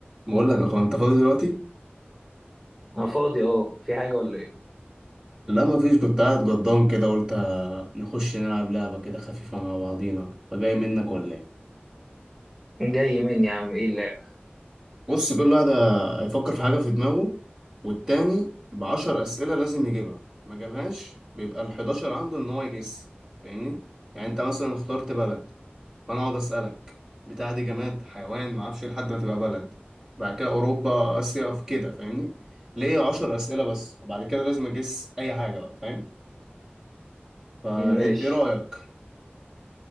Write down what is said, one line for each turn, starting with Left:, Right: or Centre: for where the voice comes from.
Right: بقول لك يا اخويا انت فاضي دلوقتي
Centre: انا فاضي اه في حاجة ولا ايه
Right: لا مفيش كنت قاعد جضان كده قلت آه، نخش نلعب لعبة كده خفيفة مع بعضينا فجاي منك ولا ايه
Centre: جاي مني يا عم ايه اللعبة
Right: بص كل واحد هيفكر في حاجة في دماغه والتاني بعشر أسئلة لازم يجيبها ما جابهاش بيبقى الحداشر عنده ان هو يجس فاهمني يعني انت مثلا اخترت بلد فانا اقعد أسألك بتاع دي جماد حيوان معرفش إيه لحد ما تبقى بلد بعد كده أوروبا آسيا في كده فاهمني ليه عشر أسئلة بس وبعد كده لازم أجس أي حاجة بقى فاهم فايه
Centre: ماشي
Right: إيه رأيك